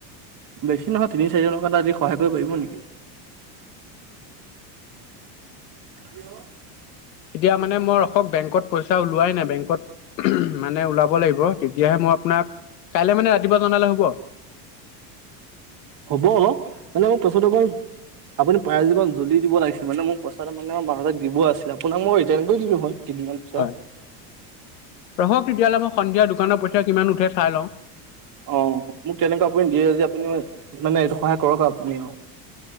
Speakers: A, on the right; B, on the left.
A: বেছি নহয় তিনি চাৰি হাজাৰ আজি এটা সহায় কৰিব পাৰিব নেকি? কিয়
B: এতিয়া মানে মই অখক বেংকত পইচা ওলোৱাই নাই বেংকত মানে ওলাব লাগিব তেতিয়াহে মই আপোনাক, কাইলে মানে ৰাতিপুৱা জনালে হব?
A: হ'ব মানে মোক পাছত আকৌ আপুনি প্ৰাৰেজীৱ জল্দি দিব লাগিছিল মানে মোক পইচাটো মানে মানুহক দিব আছিলে আপোনাক মই ৰিটাৰ্ণ কৰি দিলো হয় কেইদিনমান পিছত।
B: হয় ৰহক তেতিয়াহ'লে মই সন্ধিয়া দোকানৰ পইছা কিমান উঠে চাই লওঁ
A: অ মোক তেনেকুৱা আপুনি দিয়ে আজি আপুনি মানে এইটো সহায় কৰক আপুনি আৰু